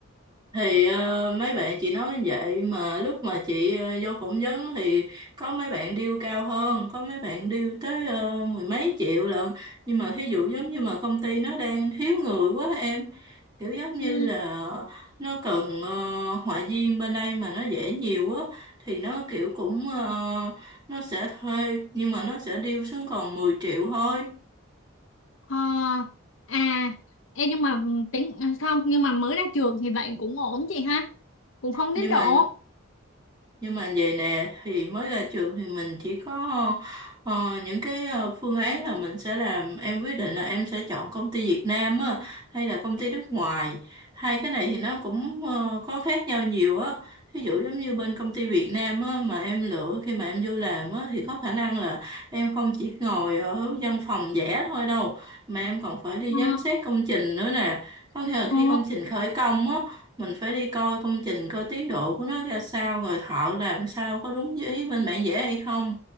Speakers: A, on the right; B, on the left.
A: thì ờ, mấy bạn chị nói vậy mà lúc mà chị ờ, vô phỏng vấn thì có mấy bạn deal cao hơn có mấy bạn deal tới ờ, mười mấy triệu lận nhưng mà thí dụ giống như mà công ty nó đang thiếu người quá em kiểu giống như
B: ừ.
A: là nó cần ờ, họa viên bên đây mà nó dễ nhiều quá thì nó kiểu cũng ờ, nó sẽ thuê nhưng mà nó sẽ deal xuống còn 10 triệu thôi
B: ờ, à Ê, nhưng mà tính à, không nhưng mà mới ra trường thì vậy cũng ổn chị ha cũng không
A: nhưng
B: đến độ
A: mà Nhưng mà vậy nè thì mới ra trường thì mình chỉ có ờ, những cái ờ, phương án là mình sẽ làm em quyết định là em sẽ chọn công ty Việt Nam á hay là công ty nước ngoài. Hai cái này thì nó cũng ờ, có khác nhau nhiều á. Ví dụ giống như bên công ty Việt Nam á mà em lựa khi mà em vô làm á thì có khả năng là em không chỉ ngồi ở văn phòng vẽ thôi đâu mà em còn phải đi
B: ờ,
A: giám sát công trình nữa nè. Có nghĩa là
B: ờ,
A: khi công trình khởi công á mình phải đi coi công trình coi tiến độ của nó ra sao rồi thợ làm sao có đúng như ý bên bản vẽ hay không